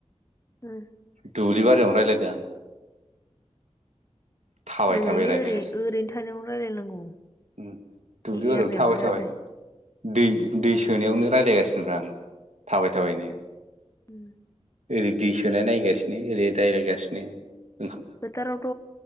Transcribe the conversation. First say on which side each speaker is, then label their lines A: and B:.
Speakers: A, on the left; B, on the right.
A: उम
B: दुब्लि बारियावनो रायज्लायदों आं थाबाय
A: रायलायलै
B: थाबाय रायलायगासिनो
A: ओरै ओरैनो थानायावनो रायलायनांगौ।
B: उम दुब्लि बारियावनो
A: एरनायावनो
B: थाबाय थाबाय
A: एरनाय
B: दै दै सोनायावनो रायज्लायगासिनोब्रा आं थाबाय थाबायनो
A: उम
B: ओरै दै सोनाय नायगासिनो ओरै रायज्लायगासिनो
A: फोथारावथ